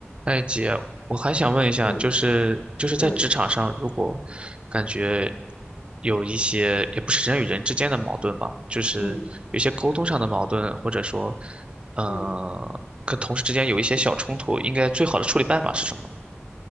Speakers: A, on the right; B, on the left.
A: 哎，姐，我还想问一下，
B: 嗯
A: 就是就是在职场上，
B: 嗯
A: 如果感觉有一些也不是人与人之间的矛盾吧，就是有些沟通上的矛盾，
B: 嗯
A: 或者说，呃，
B: 嗯
A: 跟同事之间有一些小冲突，应该最好的处理办法是什么呢？